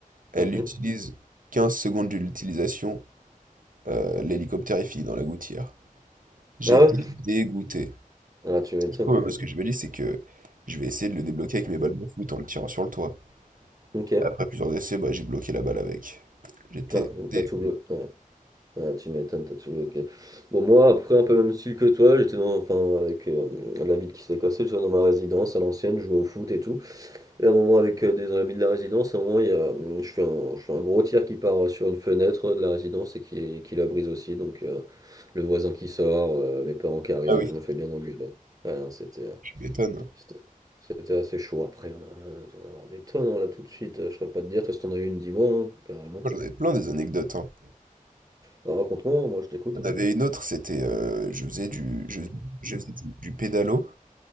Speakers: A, on the right; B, on the right.
A: Elle
B: Mhm.
A: l'utilise 15 secondes de l'utilisation, euh, l'hélicoptère est fini dans la gouttière. J'étais
B: Ah ouais?
A: dégoûté.
B: Ah, tu m'étonnes.
A: Du coup,
B: ouais.
A: bah, ce que je me dis, c'est que je vais essayer de le débloquer avec mes balles de foot en le tirant sur le toit.
B: Ok.
A: Après plusieurs essais, bah, j'ai bloqué la balle avec. J'étais
B: Ah, donc
A: dé...
B: t'as tout bloqué. Ouais. Ah, tu m'étonnes, t'as tout bloqué. Bon, moi, après, un peu même style que toi, j'étais dans, enfin, avec euh, la ville qui s'est cassée, j'étais dans ma résidence à l'ancienne, je jouais au foot et tout. Et à un moment avec euh, des amis de la résidence, à un moment il y a, hum, je fais un, je fais un gros tir qui part euh, sur une fenêtre euh, de la résidence et qui, qui la brise aussi. Donc euh, le voisin qui sort, euh, mes parents qui arrivent,
A: Ah oui,
B: je me fais bien engueuler. Ouais, non, c'était,
A: je m'étonne.
B: c'était, c'était assez chaud. Après, on a- euh, on a avoir des tonnes hein, là tout de suite. euh, Je saurais pas te dire, toi si t'en as eu une, dis-moi hein, carrément.
A: Moi, j'en ai plein des anecdotes, hein.
B: Alors, raconte-moi, moi je t'écoute.
A: J'en avait une autre, c'était, euh, je faisais du, je, je faisais du, du pédalo.